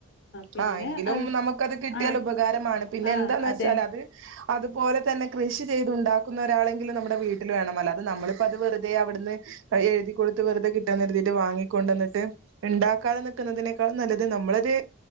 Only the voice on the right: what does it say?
ആ എങ്കിലും
നമുക്കത് കിട്ടിയാൽ
ഉപകാരമാണ് പിന്നെ
എന്താന്ന്
വെച്ചാൽ അത് അതുപോലെ തന്നെ കൃഷി ചെയ്തുണ്ടാക്കുന്ന ഒരാള് നമ്മളെ വീട്ടിൽ വേണം അല്ലാതെ നമ്മളിപ്പോ അത് വെറുതെ അവിടുന്ന് എഴുതിക്കൊടുത്ത് വെറുതെ കിട്ടാന്ന് കരുതിയിട്ട് വാങ്ങിക്കൊണ്ടന്നിട്ട് ഉണ്ടാക്കാതെ ഇരിക്കുന്നതിനേക്കാൾ നല്ലത് നമ്മളത്